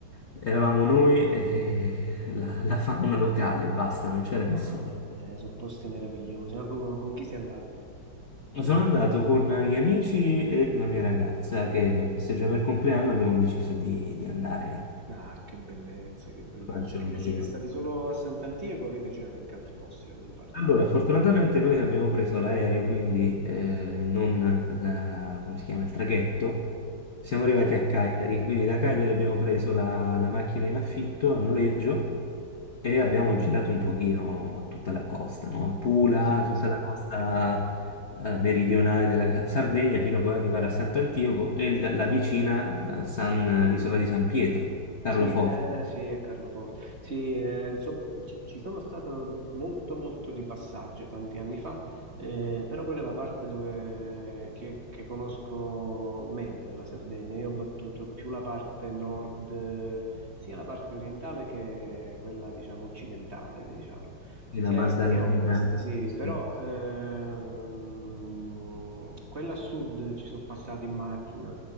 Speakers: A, on the left (about 50°); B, on the right (about 40°).
A: eravamo noi e <laughs> la, la fauna locale, basta, non c'era nessuno.
B: No, eh, sono posti meravigliosi. Ma con, con chi sei andato?
A: Sono andato con gli amici e la mia ragazza che festeggiava il compleanno, abbiamo deciso di, di andare
B: Ah, che bellezza, che bellezza.
A: a farci
B: E
A: un
B: che
A: giro.
B: siete stati solo a Sant'Antico o avete girato anche altri posti da quelle parti?
A: Allora, fortunatamente noi abbiamo preso l'aereo, quindi eh, non la- come si chiama, il traghetto. Siamo arrivati
B: Mm.
A: a Cagliari, quindi da Cagliari abbiamo preso la, la macchina in affitto a noleggio e abbiamo girato un pochino tutta la costa, no? Pula,
B: Sì,
A: tutta
B: sì.
A: la costa eh, meridionale della Sardegna, fino a poi arrivare a Sant'Antioco e la, la vicina eh, San- l'isola di San Pietro, Carloforte,
B: Sì, eh, sì, è Carloforte. Sì, eh, so- ci, ci sono stato molto, molto di passaggio tanti anni fa, eh, però quella è la parte dove, che, che conosco meno della Sardegna. Io ho battuto più la parte nord, eh, sia la parte orientale che quella, diciamo, occidentale, diciamo,
A: e
B: sia
A: la Maddalena.
B: est che ovest, sì,
A: sì.
B: però ehm, quella a sud ci sono passato in macchina,